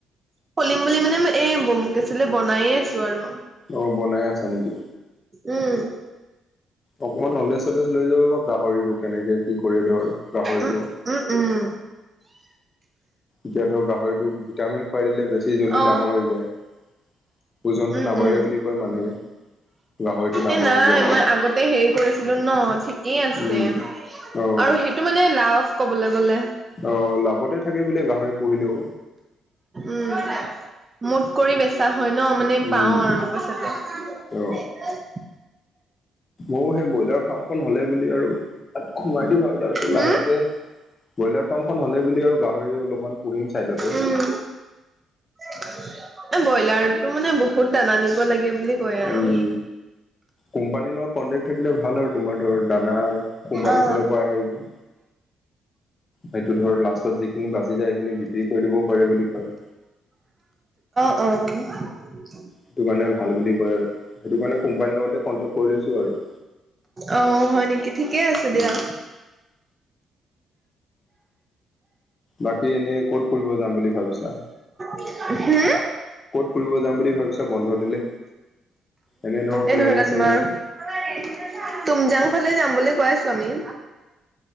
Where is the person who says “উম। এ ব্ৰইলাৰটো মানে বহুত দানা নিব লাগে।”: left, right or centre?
Right